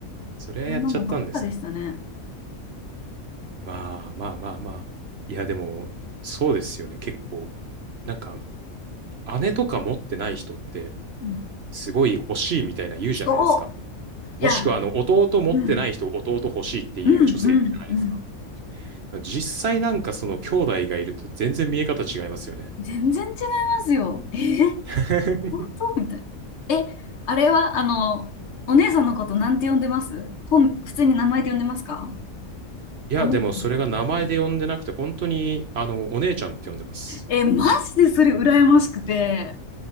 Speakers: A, on the right; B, on the left.
A: そりゃやっちゃったんですね。
B: そんなのばっかでしたね。
A: まあまあまあまあ。いや、でも、そうですよね。結構、なんか、姉とか持ってない人って、
B: うん。
A: すごい欲しいみたいな言うじゃないですか。
B: そう。
A: もしくは、
B: いや、
A: あの、弟持ってない人、
B: うん、
A: 弟欲しいっていう女性いるじゃないですか。
B: うん、うん、うん。
A: 実際なんかその兄弟がいると全然見え方違いますよね。
B: 全然違いますよ。え
A: <laughs>
B: 本当みたいな。え、あれは、あの、お姉さんのことなんて呼んでます本、普通に名前で呼んでますか
A: いや、
B: お姉ちゃんって言ってます。
A: でもそれが名前で呼んでなくて、本当に、あの、お姉ちゃんって呼んでます。
B: え、マジでそれ羨ましくて、